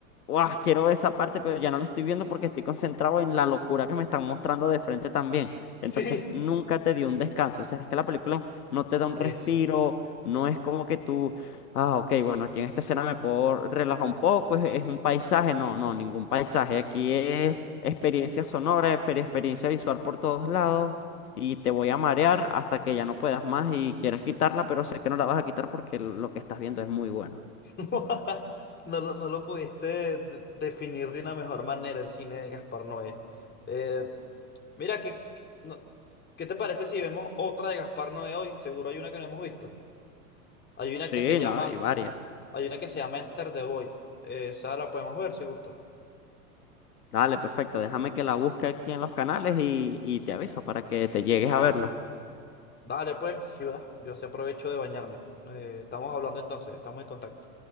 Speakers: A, on the left (about 85°); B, on the left (about 25°).
A: ¡guau! Quiero esa parte, pero ya no lo estoy viendo porque estoy concentrado en la locura que me están mostrando de frente también. Entonces
B: Sí,
A: nunca te dio un descanso. O sea, es que la película no te da un
B: eso.
A: respiro, no es como que tú, ah, ok, bueno, aquí en esta escena me puedo relajar un poco, es, es un paisaje. No, no, ningún paisaje. Aquí es experiencia sonora, exper- experiencia visual por todos lados. Y te voy a marear hasta que ya no puedas más y quieres quitarla, pero sé que no la vas a quitar porque lo que estás viendo es muy bueno.
B: <laughs> No lo, no lo pudiste de- definir de una mejor manera el cine de Gaspar Noé. Eh, mira, ¿qué, qué- no- ¿qué te parece si vemos otra de Gaspar Noé hoy? Seguro hay una que no hemos visto. Hay una
A: Sí,
B: que se llama,
A: no, hay varias.
B: hay una que se llama Enter the Void. Eh, esa la podemos ver si gusta.
A: Dale, perfecto. Déjame que la busque aquí en los canales y, y te aviso para que te llegues a verla.
B: Dale pues, si vas. Yo se aprovecho de bañarme. Eh, estamos hablando entonces, estamos en contacto.